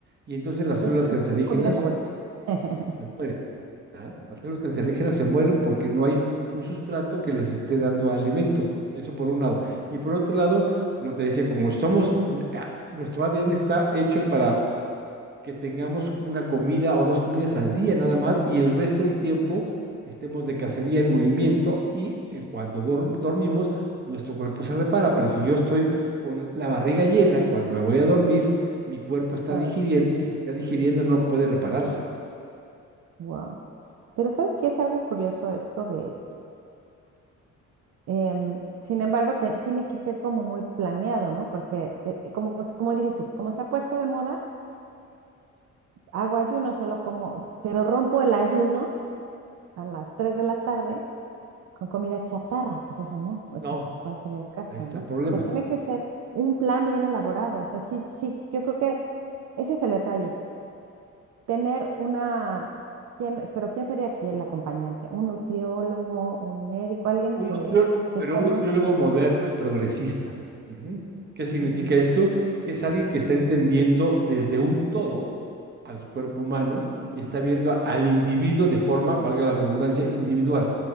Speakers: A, on the right; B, on the right.
A: y entonces las células
B: Es, su
A: cancerígenas
B: es- es su comida favorita. <laughs>
A: se mueren. Ajá. Las células cancerígenas se mueren porque no hay un sustrato que les esté dando alimento. Eso por un lado. Y por otro lado, como te decía, como somos, eh, nuestro ADN está hecho para que tengamos una comida o dos comidas al día nada más y el resto del tiempo estemos de cacería en movimiento y eh, cuando dor- dormimos nuestro cuerpo se repara, pero si yo estoy con la barriga llena cuando me voy a dormir, mi cuerpo está
B: Todo
A: digiriendo
B: el tiempo.
A: y si está digiriendo no puede repararse.
B: Wow. Pero ¿sabes qué es algo curioso esto de, em, sin embargo, te- tiene que ser como muy planeado, ¿no? Porque, eh, eh, como, como dices tú, como se ha puesto de moda, hago ayuno, solo como, pero rompo el ayuno a las 3 de la tarde con comida chatarra, pues eso no, o
A: No,
B: sea, ¿cuál sería el caso,
A: ahí está
B: no?
A: el
B: O
A: problema.
B: sea, tiene que ser un plan bien elaborado, o sea, sí, sí, yo creo que ese es el detalle, tener una, ¿quién, pero ¿quién sería aquí el acompañante? ¿Un nutriólogo, un médico, alguien
A: Un
B: que,
A: nutriólogo,
B: que
A: pero
B: conozca?
A: un nutriólogo moderno
B: Es-
A: y progresista. Ujú. ¿Qué significa
B: mm,
A: esto?
B: ya.
A: Que es alguien que está entendiendo desde un todo al cuerpo humano y está viendo al individuo de forma, valga la redundancia, individual,